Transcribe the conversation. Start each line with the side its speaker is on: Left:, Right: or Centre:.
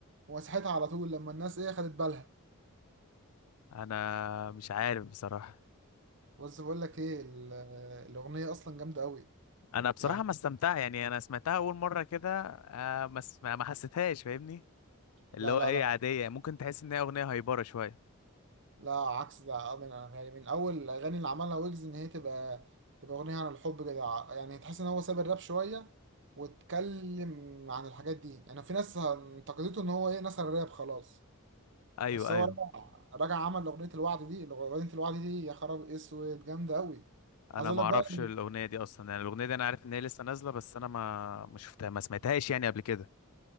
Right: ومسحتها على طول لما الناس ايه خدت بالها
Left: انا مش عارف بصراحه
Right: بص بقول لك ايه ال- الاغنيه اصلا جامده قوي
Left: انا بصراحه
Right: يعني
Left: ما استمتع يعني انا سمعتها اول مره كده آه ما ما ما حسيتهاش فاهمني اللي
Right: لا
Left: هو
Right: لا
Left: ايه
Right: لا
Left: عاديه ممكن تحس ان هي اغنيه هايبره شويه
Right: لا عكس ده آه، من يعني من اول الاغاني اللي عملها ويجز ان هي تبقى تبقى اغنيه عن الحب كده ع- يعني تحس ان هو ساب الراب شويه واتكلم عن الحاجات دي يعني في ناس انتقدته ان هو ايه نسى الراب خلاص
Left: ايوه
Right: بس هو
Left: ايوه
Right: رجع رجع عمل اغنيه الوعد دي اغنيه الوعد دي يا خراب اسود جامده قوي
Left: انا
Right: عايز اقول
Left: ما
Right: لك
Left: اعرفش
Right: بقى ان
Left: الاغنيه دي اصلا يعني الاغنيه دي انا عارف ان هي لسه نازله بس انا ما ما شفتها ما سمعتهاش يعني قبل كده